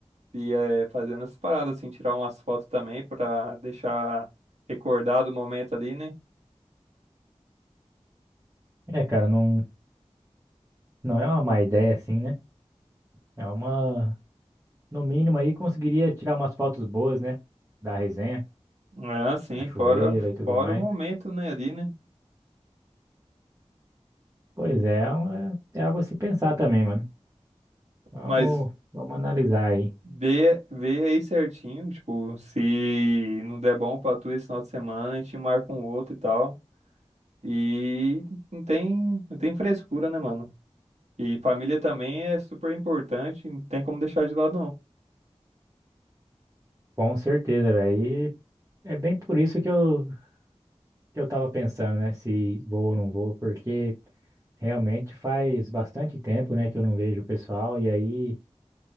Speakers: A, on the right; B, on the right.
A: e eh, fazendo essas paradas, assim, tirar umas fotos também pra deixar recordado o momento ali, né?
B: É, cara, não, não é uma má ideia assim, né? É uma. No mínimo aí conseguiria tirar umas fotos boas, né? Da resenha,
A: Ah, sim,
B: cachoeira
A: fora,
B: e tudo
A: fora
B: mais.
A: o momento, né, ali, né?
B: Pois é, é, uma- é algo a se pensar também, mano. Vamos,
A: Mas
B: vamos analisar aí.
A: vê, vê aí certinho, tipo, se não der bom pra tu esse final de semana, a gente marca um outro e tal. E não tem, não tem frescura, né, mano? E família também é super importante, não tem como deixar de lado, não.
B: Com certeza, velho. E é bem por isso que eu, que eu tava pensando, né? Se vou ou não vou, porque realmente faz bastante tempo, né, que eu não vejo o pessoal e aí